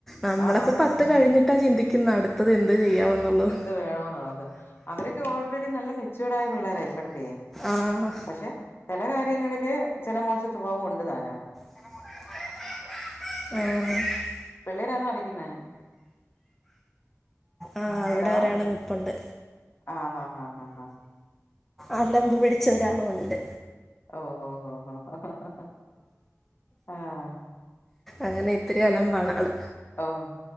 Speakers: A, in the centre; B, on the left.
A: നമ്മളൊക്കെ
B: ആന്നാന്ന് വെ
A: പത്ത് കഴിഞ്ഞിട്ടാ ചിന്തിക്കുന്ന അടുത്തത് എന്ത് ചെയ്യാമെന്നുള്ളത്.
B: ന്ത് വേണോന്നോള്ളത്. അവരൊക്കെ ഓൾറെഡി നല്ല മെച്യൂഡായ പിള്ളേര ഇപ്പഴത്തെയെ
A: ആഹ്
B: ക്ഷേ ചെല കാര്യങ്ങളില് ചെല മോശ സ്വഭാവം ഉണ്ട്താനും.
A: ആഹ്‌
B: പിള്ളേരാന്നോ കളിക്കുന്നേ?
A: ആഹ് ഇവിടെ
B: ഹലോ
A: ഒരാള് നിപ്പൊണ്ട്.
B: ആന്നോ ആഹ് ആഹ്
A: അലമ്പ് പിടിച്ച ഒരാളൊണ്ട്.
B: ഓഹോ ഓഹോ ഹോ ഹോ ആഹ്
A: അങ്ങനെ ഇത്തിരി അലമ്പാണ് ആള്.
B: ഓ